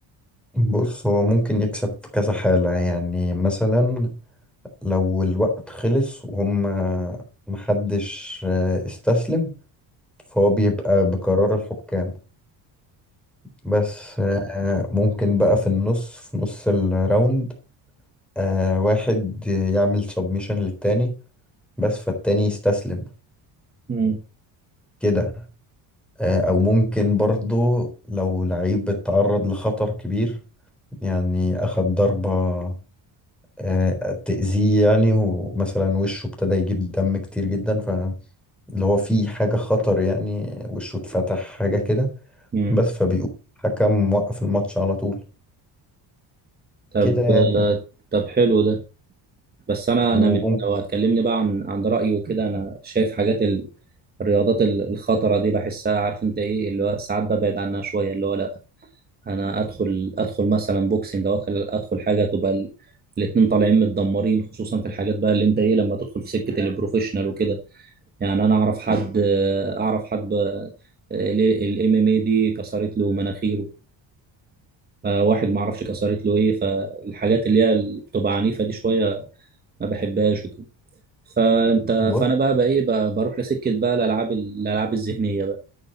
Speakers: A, in the centre; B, on the right.
A: بص هو ممكن يكسب في كذا حالة يعني مثلا لو الوقت خلص وهم محدش آه، استسلم فهو بيبقى بقرار الحكام بس آه، ممكن بقى في النص في نص الراوند آه، واحد يعمل سبميشن للتاني بس فالتاني يستسلم
B: مم.
A: كده آه، او ممكن برضو لو لعيب اتعرض لخطر كبير يعني اخد ضربة آه، تأذيه يعني ومثلا وشه ابتدى يجيب دم كتير جدا فاللي هو في حاجة خطر يعني وشه اتفتح حاجة كده
B: مم.
A: بس فبيقول حكم وقف الماتش على طول
B: طب
A: كده يعني
B: آه، طب حلو ده بس انا
A: وممكن
B: انا من لو هتكلمني بقى عن عن رايي وكده انا شايف حاجات ال... الرياضات ال- الخطره دي بحسها عارف انت ايه اللي هو ساعات ببعد عنها شويه اللي هو لا انا ادخل ادخل مثلا بوكسنج او ادخل ادخل حاجه تبقى ال... الاتنين طالعين متدمرين خصوصا في الحاجات بقى اللي انت ايه لما تدخل في سكه البروفيشنال وكده يعني انا اعرف حد آه، اعرف حد الام ام اي دي كسرت له مناخيره آه، واحد ما اعرفش كسرت له ايه فالحاجات اللي هي اللي بتبقى عنيفه دي شويه ما بحبهاش وكده فانت
A: بص
B: فانا بقى بقى ايه بقى بروح لسكه بقى الالعاب الالعاب الذهنيه بقى